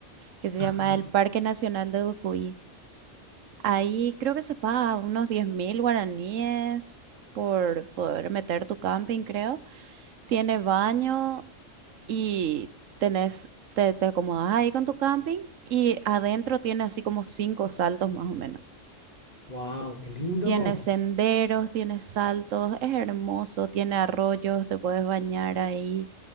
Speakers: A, on the right (about 85°); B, on the left (about 30°).
A: que se
B: Ajá.
A: llama el Parque Nacional de Ducuy. Ahí creo que se paga unos diez mil guaraníes por poder meter tu camping, creo. Tiene baño y tenés, te, te acomodas ahí con tu camping y adentro tiene así como cinco saltos más o menos.
B: Wow, qué lindo.
A: Tiene senderos, tiene saltos, es hermoso, tiene arroyos, te puedes bañar ahí.